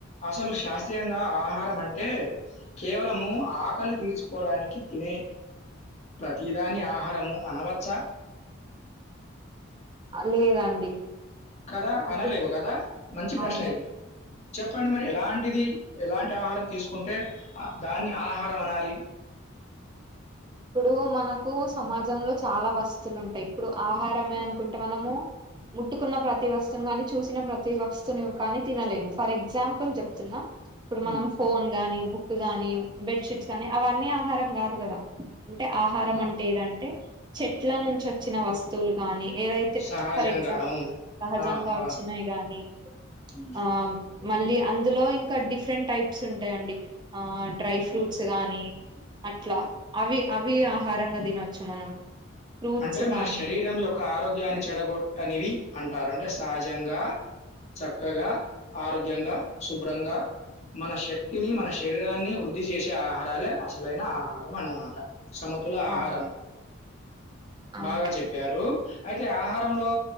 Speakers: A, on the left; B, on the right.
A: అసలు శాస్త్రీయంగా ఆహారం అంటె కేవలము ఆ ఆకలు తీర్చుకోవడానికి తినే ప్రతిదాని ఆహారము అనవచ్చ
B: అ లేదండి
A: కదా అనలేము
B: ఎందుకు
A: కద మంచి ప్రశ్న
B: అవును
A: ఇది చెప్పండి మరి ఎలాంటిది ఎలాంటి ఆహారం తీసుకుంటే అ దాన్ని ఆహారం అనాలి?
B: ఇప్పుడు మనకు సమాజంలో చాలా వస్తువులు ఉంటాయి. ఇప్పుడు ఆహారమే అనుకుంటే మనము ముట్టుకున్న ప్రతి వస్తును గాని, చూసిన ప్రతి వస్తువును కానీ తినలేము. ఫర్ ఎగ్జాంపుల్ చెప్తున్నా ఇప్పుడు
A: హ్మ్.
B: మనం ఫోన్ గానీ, బుక్ గాని, బెడ్షీట్స్ కానీ అవన్నీ ఆహారం కాదు కదా అంటే ఆహారం
A: ఆ!
B: అంటే ఏదంటే చెట్ల నుంచి వచ్చిన వస్తువులు కాని ఏదైతే
A: సహజంగా.
B: ఫర్ ఎగ్జాంపుల్
A: అవును.
B: సహజంగా
A: ఆ!
B: వచ్చినాయి
A: ఆ!
B: గానీ
A: హ్మ్.
B: ఆమ్ మళ్ళీ అందులో ఇంకా డిఫరెంట్ టైప్స్ ఉంటాయండి. ఆ డ్రై ఫ్రూట్స్ గానీ అట్లా అవి అవి ఆహారంగా తినొచ్చు మనం ఫ్రూట్స్
A: అంటే మన
B: గానీ
A: శరీరం యొక్క ఆరోగ్యాన్ని చెడగొట్టనివి అంటారు అంటే తహాజంగా చక్కగా ఆరోగ్యంగా శుభ్రంగా మన శక్తిని మన శరీరాన్ని వృద్ధి చేసే ఆహారాలే అసలైన ఆహారం అన్నమాట. సమతుల ఆహారం
B: అవును అవునండి
A: బాగా చెప్పారు అయితే ఆహారంలో